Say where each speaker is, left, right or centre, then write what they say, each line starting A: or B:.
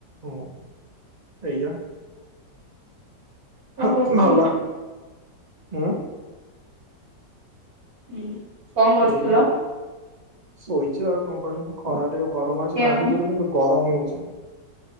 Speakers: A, on the right; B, on the right.
A: ହୁଁ ସେଇଆ।
B: କଣ
A: ହଁ
B: କରୁଥିଲ?
A: ଭଲ। ହୁଁ।
B: ହଁ କଣ କରୁଥିଲ?
A: ଏଇ ବ ଶୋଇଛି ଆଉ କଣ କରିବୁ ଖରାରେ ଆଉ ଗରମ ହଉଛି
B: ଖିଆହଉନି
A: ଭାରି ଜୋରେ ରେ କିନ୍ତୁ ଗରମ ହଉଛି